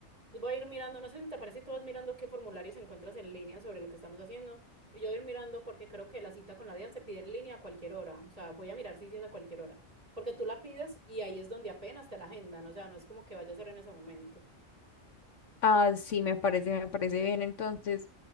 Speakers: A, on the right; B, on the left.
A: Entonces voy a ir mirando, no sé si te parece, si tú vas mirando qué formularios encuentras en línea sobre lo que estamos haciendo. Y yo voy a ir mirando porque creo que la cita con la DIAN se pide en línea a cualquier hora. O sea, voy a mirar si sí es a cualquier hora. Porque tú la pides y ahí es donde apenas te la agendan. O sea, no es como que vaya a ser en ese momento.
B: Ah, sí, me parece, me parece bien entonces.